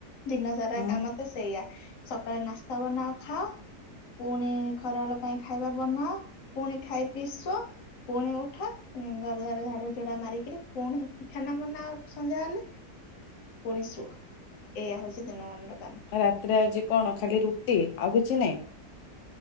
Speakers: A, on the left; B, on the left.
A: ଦିନ ସାରା
B: ହଁ
A: କାମ ତ ସେଇଆ। ସକାଳେ ନାସ୍ତା ବନାଅ ଖାଅ ପୁଣି ଖରାବେଳ ପାଇଁ ଖାଇବା ବନାଅ। ପୁଣି ଖାଇ ପିଇ ଶୋ। ପୁଣି ଉଠ ପୁଣି ଘର ଦ୍ବାର ଝାଡୁ ଝୁଡା ମାରିକିରି ପୁଣି ଖାନା ବନାଅ ସନ୍ଧ୍ୟା ହେଲେ। ପୁଣି ଶୁଅ ଏଇଆ ହୋଉଚି ଦିନ ମାନର
B: ରାତିରେ ଆଜି କଣ ଖାଲି ରୁଟି ଆଉ କିଛି ନାଇଁ।